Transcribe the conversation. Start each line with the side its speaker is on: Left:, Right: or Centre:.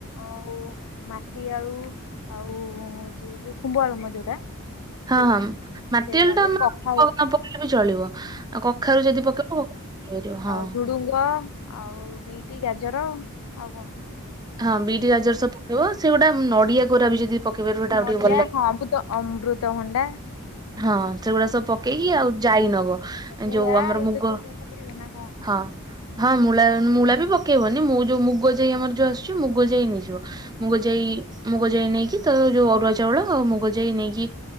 Left: ଆଉ ମାଟିଆଳୁ। ଆଉ ହଉଛି ଯୋଉ ଖୁମ୍ଭଆଳୁ ମ ଯୋଉଟା।
Right: ହଁ
Left: ସେଇଟା
Right: ହଁ ମାଟିଆଳୁ
Left: ସେଇ ଆଳୁ
Right: ଟା ଆମ
Left: କଖାରୁ
Right: ନ ପକେଇଲେ ବି ଚଳିବ। ଆଉ କଖାରୁ ଯଦି ପକେଇବ କଖାରୁ ପକେଇ ପାରିବ ହଁ।
Left: ଆଉ ଝୁଡୁଙ୍ଗ ଆଉ ବିଟ୍, ଗାଜର ଆଉ କଣ?
Right: ହଁ ବିଟ୍
Left: ବି
Right: ଗାଜର ସବୁ ପକେଇବ ସେଗୋଟା ନଡିଆ କୋରା ବି ଯଦି। ପକେଇ ପାରିବ ସେଟା ଆଉ
Left: ନଡିଆ
Right: ଟିକେ ଭଲ ଲାଗେ।
Left: ହଁ ଅମୃତ ଅମ୍ବୃତ ଭଣ୍ଡା।
Right: ହଁ ସେଗୁଡା ସବୁ ପକେଇକି ଆଉ ଯାଇ ନବ।
Left: ମୂଳା
Right: ଯୋଉ ଆମର
Left: ଏଇଟା
Right: ମୁଗ
Left: ସବୁ କଥା ପଡିବ ନା କଣ?
Right: ହଁ। ହଁ ମୂଳା ମୂଳା ବି ପକେଇବନି ମୁଁ ଯୋ ମୁଗ ଯାଇ ଆମର ଯାଇ ଆମର ଆସୁଚି। ମୁଗ ଯାଇ ନେଇଯିବ ମୁଗ ଯାଇ। ମୁଗ ଯାଇ ନେଇକି ତ ଯୋଉ ଅରୁଆ ଚାଉଳ ଆଉ ମୁଗ ଯାଇ ନେଇକି